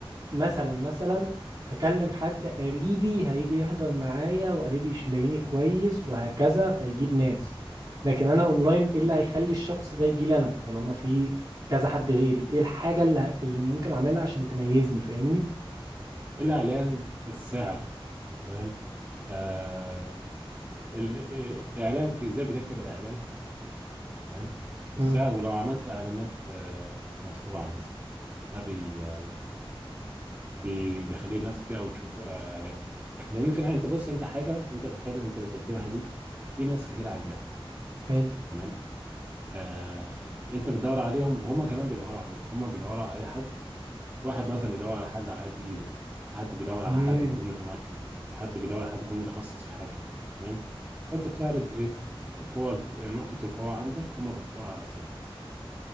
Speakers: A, on the right (about 40°); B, on the right (about 25°).
A: مثلا مثلا هكلم حد قريبي هيجي يحضر معايا وقريبي يلاقيني كويس وهكذا فيجيب ناس لكن انا اونلاين ايه اللي هيخلي الشخص ده يجي لي انا طالما في كذا حد غيري ايه الحاجة اللي, ه- اللي ممكن اعملها عشان تميزني فاهمني
B: الإعلان السعر تمام آه... ال- إعلانك إزاي بتكتب الإعلان تمام والسعر
A: امم
B: ولو عملت اعلانات آه، مدفوعه مثلا ده بي آه، بي بيخلي الناس كتير قوي تشوف آه، اعلانك لان في النهايه انت بص انت حاجه انت بتخيل انت بتقدمها دي في ناس كتير عايزاها
A: حلو
B: تمام فانت بتدور عليهم وهم كمان بيدوروا عليك هم بيدوروا على اي حد في واحد مثلا بيدور على حد على قد ايده في حد بيدور على
A: امم
B: حد يكون متمكن في حد بيدور على حد يكون متخصص في حاجه تمام فانت بتعرض ايه القوة نقطة القوة عندك هم بيختاروا على الاساس ده